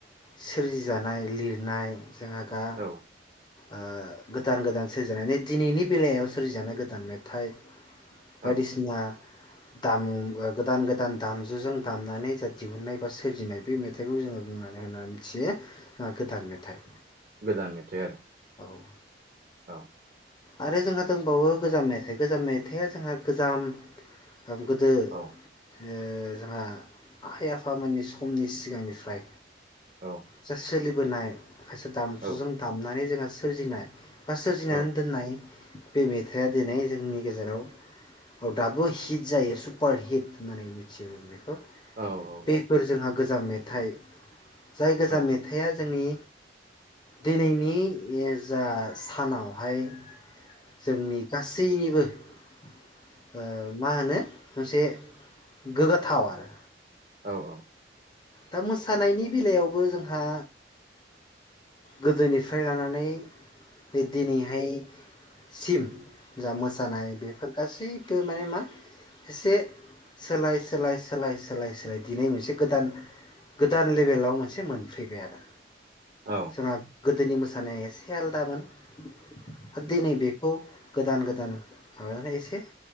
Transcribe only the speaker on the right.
औ
औ
गोदान मेथाइ आरो।
औ
औ
औ
औ
औ
औ
औ
औ
औ औ।
औ